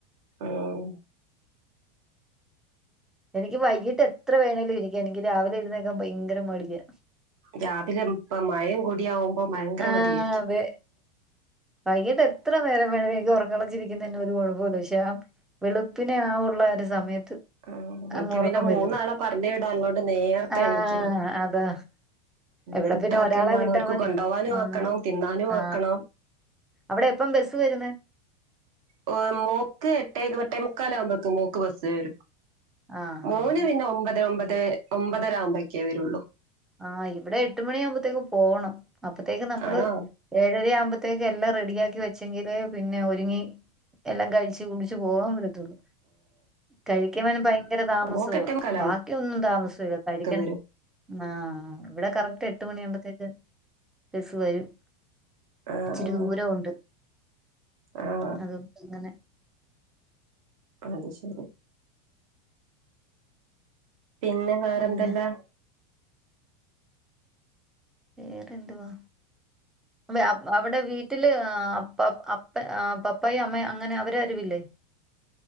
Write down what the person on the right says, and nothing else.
ഉം
രാവിലെ ഇപ്പം മഴയും കൂടിയാകുമ്പോൾ ഭയങ്കര
മടിയായിരിക്കും
ആഹ്‌
എനിക്ക്
പിന്നെ
മൂന്നാളെ പറഞ്ഞ് വിടാൻ ഉള്ളോണ്ട് നേർത്തെ
എണീക്കണം
ഫുഡ്
ആക്കെ
വേണം
അവർക്ക്
കൊണ്ടു പോവാനും
ആക്കണം തിന്നാനും
ആക്കണം
മ്മ് മോൾക്ക് എട്ടെഇരുപ്പത്ത എട്ടെ മുക്കാലാകുമ്പേക്ക് മോള്ക്ക് ബസ് വരും
മോന്
പിന്നെ ഒമ്പത് ഒമ്പതെ ഒമ്പതര ആകുമ്പോഴക്കേ വരുള്ളൂ
ആണോ
മോക്ക് എട്ടേ മുക്കാലാകുമ്പോഴേക്ക്
വരും
ആ
ആ
ആ
അത് ശരി പിന്നെ വേറെന്തല്ലാ